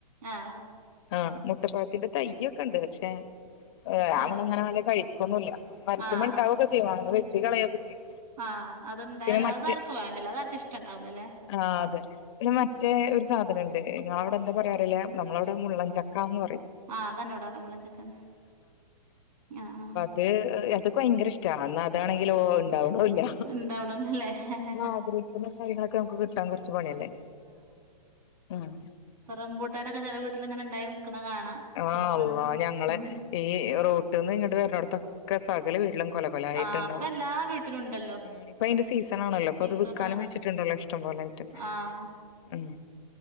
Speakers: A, on the right; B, on the left.
A: ആഹ്
B: ആഹ് മുട്ടപ്പഴത്തിന്റെ തയ്യൊക്കെണ്ട് പക്ഷെ ആ
A: ആഹ്
B: <unintelligible> കഴിക്കൊന്നുല്ല മര്ത്തിമ്മെണ്ടാവൊക്കെ
A: ആഹ്
B: ചെയ്യും വാ <unintelligible> വെട്ടികളയൊക്കെ ചെയ്യും
A: ആഹ് അത്ണ്ടായ
B: പിന്നെ മറ്റെ
A: അതാർക്കും വേണ്ടല്ലോ അതാർക്‌ഷ് റ്റണ്ടാവൂലലേ
B: ആഹ് അതെ പിന്നെ മ റ്റേ ഒര് സാധനണ്ട് ഇങ്ങളവ്ടെ എന്താ പറയാറീലാ നമ്മളവ്ടെ മുള്ളൻചക്കാന്ന് പറയും
A: ആഹ് അതെന്നെ ഇവടെ പറ്യാ മുള്ളൻ ചക്കെന്നെ ആഹ് ആഹ്
B: ത് എത്ക് വയ്ങ്കെരെഷ്റ്റാ ന്നാ അതാണെങ്കിലോ ണ്ടാവ്ണൂല
A: ഉണ്ടാവണല്ലോല്ലേ
B: നമ്മളാഗ്രഹിക്ന്ന തൈകള് ക്കെ നമ്ക്ക് കിട്ടാൻ കൊർച്ച് പണ്യെല്ലേ ഉം
A: ഇപ്പം റബ്ബുട്ടാനൊക്കെ ചെലെ വീട്ട്ല്ങ്ങെനെണ്ടായി മുക്ണെ കാണാ
B: ആഹ്
A: സീസണാ
B: അല്ലാഹ് ഞങ്ങളെ
A: ഉം
B: ഈ റോട്ട്ന്ന്ങ്ങട്ട് വെര്ണോട്ത്താെ ക്കെ സകല വീട്ടിലും കൊല കൊലായ്ട്ട്ണ്ടാവും
A: ആഹ് ഇപ്പ എല്ലാ വീട്ടിലും ഉണ്ടല്ലോ
B: ഉം ഇപ്പയ്ന്റെ സീസണാണല്ലോ ഇപ്പൊത്
A: സീസണു
B: വിക്കാനും
A: ആണ്
B: വെച്ചിട്ട്ണ്ടല്ലോ ഇഷ്ടം പോലായ്ട്ട്
A: ആഹ്
B: ഉം